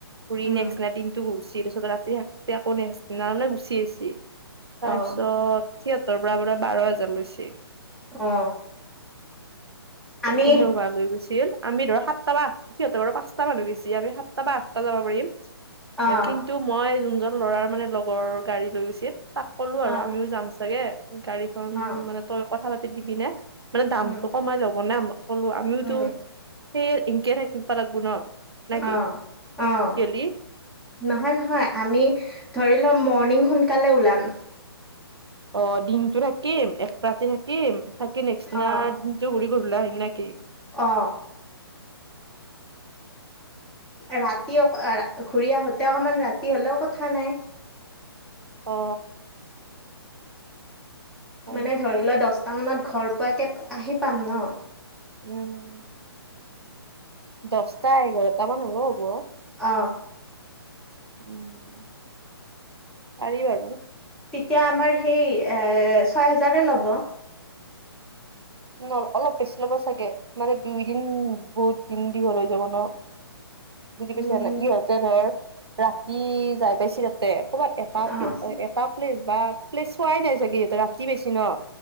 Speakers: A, on the right; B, in the centre.
A: ঘূৰি
B: উম
A: নেক্স না দিনটো ঘূৰছি তাৰপিত ৰাতি থাকছি আকৌ নেক্স- নামানে গুচি এচি তাৰপিছত
B: অ'
A: থিয়েটাৰৰ পৰা বাৰ হাজাৰ লৈছে।
B: অ।
A: ত
B: আমি
A: ইনো লৈ গৈছিল আমি ধৰ সাতটা বা আ, সিহঁতে বাৰু পাঁচটা মানুহ গৈছে আমি সাতটা বা আঠটা যাব পাৰিম।
B: অ',
A: কিন্তু মই যোনজন ল'ৰাৰ মানে লগৰ গাড়ী লৈ গৈছিল। তাক কলো
B: অ',
A: আৰু আমিও যাম চাগে গাড়ীখন
B: অ',
A: মানে তই কথা পাতি দিবি নে। মানে দামতটো
B: উম,
A: কমাই ল'ব না, কলো আমিওতো
B: উম,
A: সেই এনকে থাকিব লাগিবো ন। নাকি
B: অহ অহ।
A: গেলি
B: নহয় নহয় আমি ধৰি লম মৰ্ণিং সোনকালে ওলাম।
A: অ দিনটো থাকিম এক ৰাতি থাকিম থাকি নেক্স দিনা
B: অ',
A: টো ঘুৰি কৈ পেলাই ওলাই আহিম নে কি?
B: অ। ৰাতি অক ঘূৰি আহোঁতে অকণমান ৰাতি হ'লেও কথা নাই।
A: অ। হয়
B: মানে
A: নেকি
B: ধৰি লোৱা দছটা মানত ঘৰ পোৱাকে আহি পাম ন।
A: উম। দছটা এঘাৰটা মান হ'লো হ'ব।
B: অ।
A: উম পাৰি বাৰু।
B: তেতিয়া আমাৰ সেই এ ছয় হেজাৰে ল'ব।
A: ন অলপ বেছি ল'ব চাগে মানে দুইদিন বহুত দিন দীঘল হৈ যাব ন। বুজি
B: উম,
A: পাইছা নাই ইহঁতে ধৰ ৰাতি যাই পাইছ তাতে ক'বাত এটা
B: অ',
A: এটা প্লেচ বা লে চোৱাই নাই চাগে ইহঁতে ৰাতি বেছি ন,